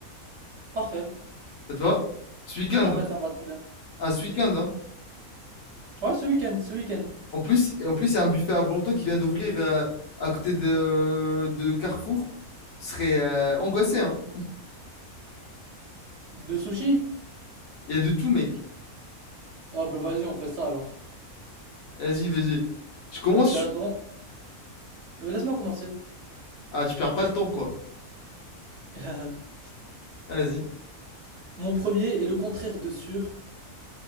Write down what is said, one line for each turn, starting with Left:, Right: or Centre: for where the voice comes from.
Right: Parfait,
Left: Ça te va? Ce week-end.
Right: parfait,
Left: hein.
Right: ça me va très bien.
Left: Un ce week-end, hein.
Right: Ouais, ce week-end, ce week-end.
Left: En plus, et en plus, il y a un buffet à volonté qui vient d'ouvrir euh, à côté de, de Carrefour. Tu serais euh, angoissé, hein.
Right: De sushi?
Left: Il y a de tout, mec.
Right: Ah bah vas-y, on fait ça alors.
Left: Vas-y, vas-y. Je commence,
Right: Perdons. Euh, Laisse-moi commencer.
Left: Ah, tu perds pas le temps, quoi.
Right: <laughs>
Left: Vas-y.
Right: Mon premier est le contraire de sûr.